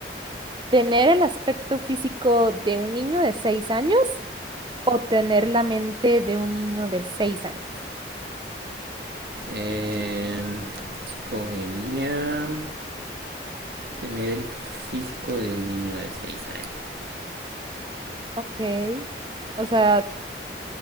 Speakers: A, on the right; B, on the right.
A: ¿Tener el aspecto físico de un niño de seis años o tener la mente de un niño de seis años?
B: Eh, escogería Tener el físico de un niño de 6 años.
A: Ok. O sea,